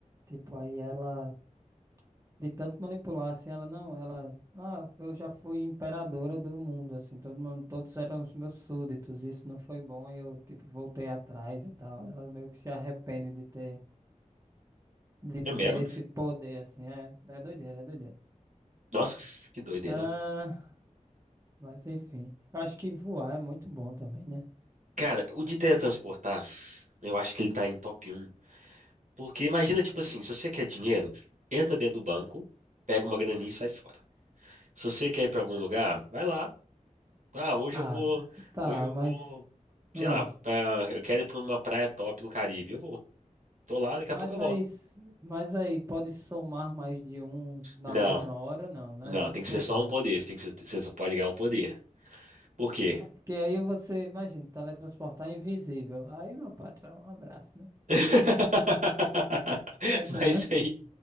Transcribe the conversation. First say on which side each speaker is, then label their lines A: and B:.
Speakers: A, on the right (about 25°); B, on the right (about 65°).
A: Tipo, aí ela. De tanto manipular, assim, ela não. Ela. Ah, eu já fui imperadora do mundo, assim. Todo mundo, todos eram os meus súditos. Isso não foi bom e eu, tipo, voltei atrás e tal. Ela meio que se arrepende de ter. De ter
B: é mesmo?
A: esse poder, assim. É, é doideira, é doideira.
B: Nossa, que doideira.
A: Ah, mas enfim. Eu acho que voar é muito bom também, né?
B: Cara, o de teletransportar, eu acho que ele tá em top um. Porque imagina, tipo assim, se você quer dinheiro, entra dentro do banco, pega uma graninha e sai fora. Se você quer ir para algum lugar, vai lá. Ah, hoje
A: Ah,
B: eu vou,
A: tá,
B: hoje eu
A: mas.
B: vou,
A: hum,
B: sei lá, pra- eu quero ir para uma praia top no Caribe. Eu vou. Tô lá, daqui
A: mas
B: a pouco eu volto.
A: aí, s- mas aí, pode somar mais de um na
B: Não,
A: mesma hora? Não, né?
B: não,
A: É Um
B: tem
A: por
B: que ser só
A: vez.
B: um poder.
A: Tá.
B: Você tem que ser- você só pode ganhar um poder. Por quê?
A: tá. Porque aí você, imagina, teletransportar é invisível. Aí, meu patrão, um abraço, né?
B: <laughs>
A: Tá entendendo?
B: Mas aí,